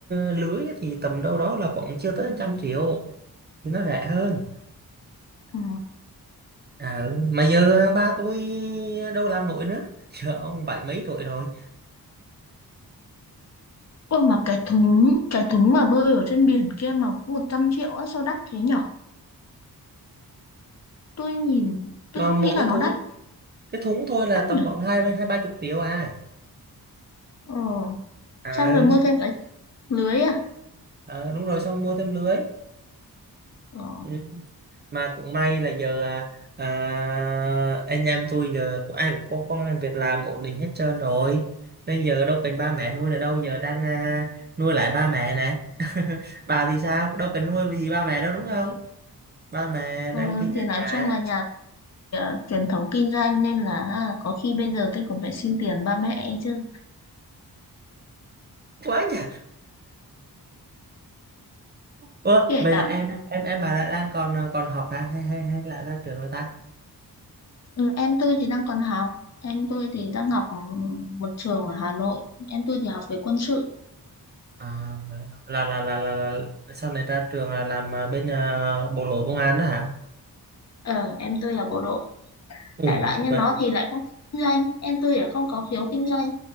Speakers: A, on the right; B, on the left.
A: lưới thì tầm đâu đó là khoảng chưa tới một trăm triệu thì nó rẻ hơn
B: ừ.
A: À, ừ. mà giờ ba tôi đâu làm nổi nữa <laughs> giờ ông bảy mấy tuổi rồi
B: Ôi mà cái thúng cái thúng mà bơi ở trên biển kia mà cũng 100 triệu á sao đắt thế nhở tôi nhìn tôi
A: Ờ,
B: không
A: một
B: nghĩ là
A: cái
B: nó
A: thúng
B: đắt
A: cái thúng thôi là
B: đắt
A: tầm
B: nhở
A: khoảng hai hai ba chục triệu à
B: ờ
A: à
B: xong rồi
A: ừ.
B: mua thêm cái lưới à
A: Ờ, đúng rồi xong mua thêm lưới
B: ờ.
A: ừ. mà cũng may là giờ à, à, anh em tôi giờ cũng ai cũng có công ăn việc làm ổn định hết trơn rồi nên giờ đâu cần ba mẹ nuôi nữa đâu giờ đang à, nuôi lại ba mẹ nè <laughs> bà thì sao đâu cần nuôi vì ba mẹ đâu đúng không ba mẹ đang
B: ờ
A: kinh
B: thì
A: doanh
B: nói
A: mà
B: chung là nhà tôi, à, truyền thống kinh doanh nên là à, có khi bây giờ tôi còn phải xin tiền ba mẹ ấy chứ
A: <laughs> quá nhỉ Ủa,
B: kể
A: vậy
B: cả
A: là em em em bà đã đang còn ờ, còn học hả hay hay hay lại ra trường rồi ta?
B: ừ, em tôi thì đang còn học em tôi thì đang học ừ, một trường ở Hà Nội em tôi thì học về quân sự
A: À, vậy hả? là là là là, là sau này ra trường là làm ờ, bên ờ, bộ đội công an đó hả?
B: ờ em tôi là bộ đội
A: Ồ,
B: đại loại như
A: vậy.
B: nó thì lại không thích kinh doanh em tôi lại không có khiếu kinh doanh